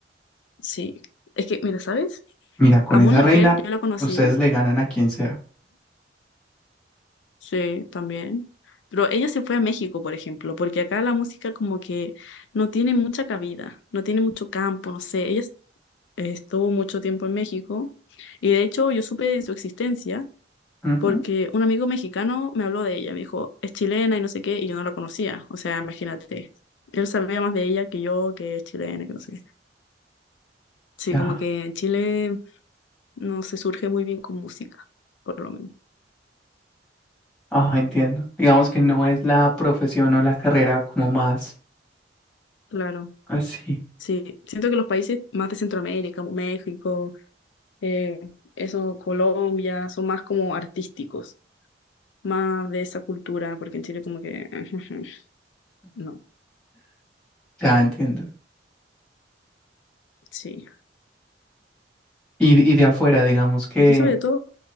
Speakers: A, on the left; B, in the centre.
A: Sí. Es que, mira, ¿sabes?
B: Mira, con
A: Amon
B: esa
A: Laferte,
B: reina
A: yo la conocí.
B: ustedes le ganan a quien sea.
A: Sí, también. Pero ella se fue a México, por ejemplo, porque acá la música como que no tiene mucha cabida, no tiene mucho campo, no sé. Ella es- estuvo mucho tiempo en México y de hecho yo supe de su existencia
B: Ujú,
A: porque un amigo mexicano me habló de ella, me dijo, es chilena y no sé qué, y yo no la conocía. O sea, imagínate, él sabía más de ella que yo, que es chilena, que no sé qué. Sí,
B: Ya,
A: como que en Chile no se surge muy bien con música, por lo menos.
B: ah, entiendo. Digamos que no es la profesión o la carrera como más.
A: Claro.
B: Ah, sí.
A: Sí, siento que los países más de Centroamérica, como México, eh, eso Colombia, son más como artísticos, más de esa cultura, porque en Chile como que <laughs> no,
B: ya entiendo.
A: sí.
B: Y, y de afuera, digamos que...
A: Aquí sobre todo,